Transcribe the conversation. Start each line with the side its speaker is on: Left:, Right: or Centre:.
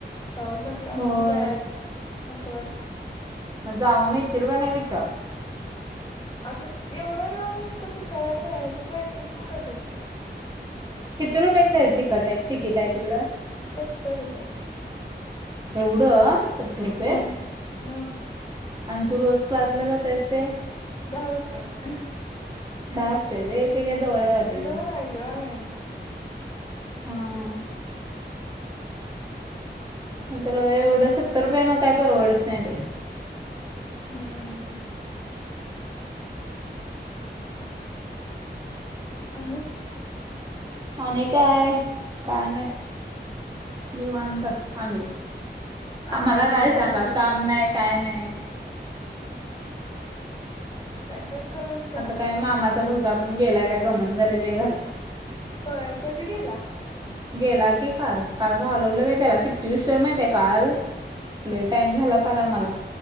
Left: पाऊस असला
Right: होय
Left: मग जायला नको वाटतंय.
Right: म जाऊन येचील कणी विचार.
Left: अगं एवढं लांब नुसतं विचाराय जायचं पैसे फुकटच.
Right: किती रुपयाच आहेत तखट आहे तिकीट आहे तिकडं?
Left: सत्तर रुपये.
Right: एवढं सत्तर रुपये?
Left: मग मग
Right: आणि तू रोज क्लासला जातेस ते?
Left: दहा रुपये अह.
Right: दहा रुपये वय तेे काय जवळ आहे वाटेल
Left: त्याच्यावर
Right: मग
Left: आहे ग हे
Right: हा हा. नाही तर एवढं
Left: डोका
Right: सत्तर रुपये मग काही परवडत नाही बाई.
Left: हम्मं. आणिे?
Right: आणि कायं कायं नाहीं निवांत आम्हीं.
Left: आणि
Right: आमलां
Left: निवांत
Right: कायं सांगा
Left: आहे
Right: कामं नाहीं कायं नाहीं.
Left: कायं तरं करतं जां.
Right: कायं मामाचां मुलंगा पणं गेलांय कायं गमेना झाले बाई घरांत.
Left: होयं कधीं गेलां
Right: गेलां की कांल कांल घालवलं गं त्यांला किती ऊशिर माहिती कांल लंय टाईम झालां कांल आम्हांला